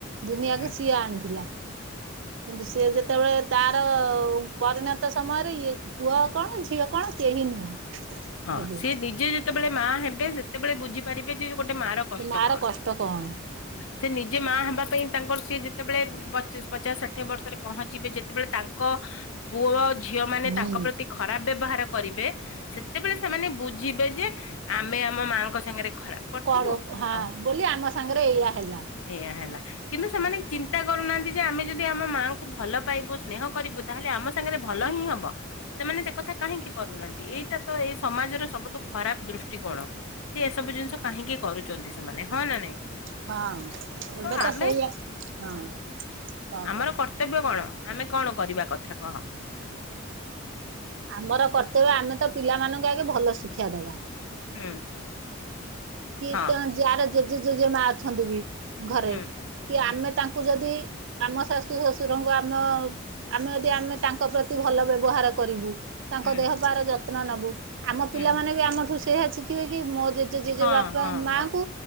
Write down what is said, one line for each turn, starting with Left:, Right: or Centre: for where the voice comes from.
Right: ଦୁନିଆକୁ
Left: ହୁଁ
Right: କିଏ ଆଣିଥିଲା। କିନ୍ତୁ ସେ ଯେତେବେଳେ ତାର ପରିଣତ ସମୟରେ ଇଏ ପୁଅ କଣ ଝିଅ କଣ କେହି ନୁହଁ।
Left: ହଁ
Right: ଏବେ
Left: ସିଏ ନିଜେ ଯେତେବେଳେ ମା ହେବେ ସେ ତେବେଳେ ବୁଝିପାରିବେ ଯେ ଗୋଟେ ମା ର କଷ୍ଟ
Right: ମାର
Left: କଣ।
Right: କଷ୍ଟ କଣ?
Left: ସେ ନିଜେ ମା ହେବା ପାଇଁ ତାଙ୍କର ସିଏ ଯେତେବେଳେ ପଚିସ ପଚାଶ ଷାଠିଏ ବର୍ଷରେ ପହଞ୍ଚିବେ, ଯେତେବେଳେ ତାଙ୍କ ଙ୍କ ପୁଅ ଝିଅ ମାନେ
Right: ହୁଁ।
Left: ତାଙ୍କ ପ୍ରତି ଖରାପ ବ୍ୟବହାର କରିବେ ସେତେବେଳେ ସେମାନେ ବୁଝି ବେ ଯେ ଆମେ ଆମ ମାଙ୍କ ସାଙ୍ଗରେ ଖରାପ କରିଥିଲୁ
Right: କରଉ ହଁ
Left: ଆଉ
Right: ବୋଲି ଆମ ସାଙ୍ଗରେ ଏଇଆ ହେଲା।
Left: ଏଇଆ ହେଲା। କିନ୍ତୁ ସେମାନେ ଚିନ୍ତା କରୁନାହାନ୍ତି ଯେ ଆମେ ଯଦି ଆମ ମାଆଙ୍କୁ ଙ୍କୁ ଭଲ ପାଇବୁ ସ୍ନେହ କରିବୁ ତାହେଲେ ଆମ ସାଙ୍ଗରେ ଭଲ ହିଁ ହବ ସେମାନେ ସେକଥା କାହିଁକି କରୁନାହାନ୍ତି ଏଇଟା ତ ଏଇ ସମାଜର ସବୁଠୁ ଖରାପ ଦୃଷ୍ଟିକୋଣ। ସବୁ ଜିନିଷ କାହିଁକି କରୁଛନ୍ତି ସେମାନେ। ହଁ ନା ନାଇଁ?
Right: ହଁ
Left: ତ
Right: ଏବେତ
Left: ଆମେ
Right: ସେଇଆ ହଁ କ
Left: ଆମର
Right: କ।
Left: କର୍ତ୍ତବ୍ୟ କଣ? ଆମେ କଣ କରିବା କଥା କହ?
Right: ଆମର କର୍ତ୍ତବ୍ୟ ଆମେ ତ ପିଲା ମାନଙ୍କୁ ଆଗେ ଭଲ ଶିକ୍ଷା ଦବା।
Left: ହୁଁ।
Right: କି
Left: ହଁ
Right: ତେଣ ଯାଆର ଜେଜେ ଜେଜେ ମା ଅଛନ୍ତି ବି ଘରେ
Left: ହୁଁ।
Right: କି
Left: ହୁଁ
Right: ଆମେ ତାଙ୍କ କୁ ଯଦି ଆମ ଶାଶୁ ଶଶୁରଙ୍କୁ ଆମ ଆମେ ଯଦି ଆମେ ତାଙ୍କ ପ୍ରତି ଭଲ ବ୍ୟବହାର କରିବୁ। ତାଙ୍କ
Left: ହୁଁ
Right: ଦେହ ପାର ଯତ୍ନ ନବୁ ଆମ
Left: ହୁଁ
Right: ପିଲାମାନେ ବି ଆମଠୁ ସେଇଆ ଶିଖିବେ କି ମୋ ଜେଜେ ଜେଜେବା
Left: ହଁ ହଁ
Right: ମାଙ୍କୁ
Left: ହଁ